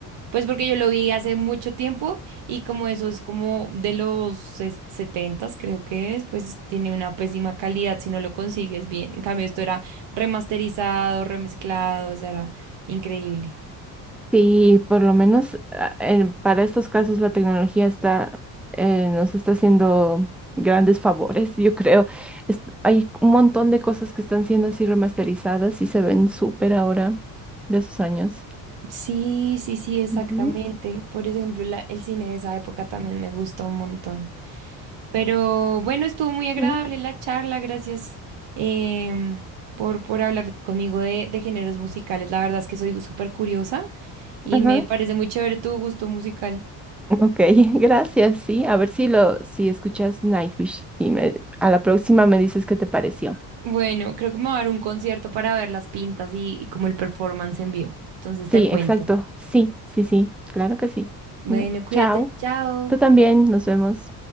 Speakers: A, on the right; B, in the centre.
A: pues porque yo lo vi hace mucho tiempo y como eso es como de los ses- 70 creo que es, pues tiene una pésima calidad si no lo consigues bien. En cambio esto era remasterizado, remezclado, o sea, era increíble.
B: Sí, por lo menos ah, en- para estos casos la tecnología está, eh, nos está haciendo grandes favores, <laughs> yo creo. Es- hay un montón de cosas que están siendo así remasterizadas y se ven súper ahora de esos años.
A: Sí, sí, sí, exactamente.
B: Ujú,
A: Por ejemplo, la- el cine de esa época también me gustó un montón. Pero bueno, estuvo muy agradable
B: ujú,
A: la charla. Gracias em, por, por hablar conmigo de, de géneros musicales. La verdad es que soy súper curiosa y
B: ajá.
A: me parece muy chévere tu gusto musical.
B: Ok, <laughs> gracias, sí. A ver si lo, si escuchas Nightwish y me, a la próxima me dices qué te pareció.
A: Bueno, creo que me va a dar un concierto para ver las pintas y, y como el performance en vivo. Entonces
B: Sí,
A: te cuento.
B: exacto. Sí, sí, sí. Claro que sí.
A: Bueno,
B: No,
A: cuídate.
B: Chao.
A: Chao.
B: Tú también, nos vemos.